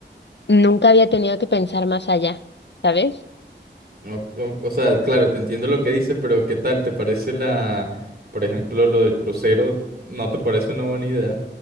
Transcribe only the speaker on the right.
O, o- o sea, claro, te entiendo lo que dices, pero ¿qué tal? ¿Te parece la, por ejemplo, lo del crucero? ¿No te parece una buena idea?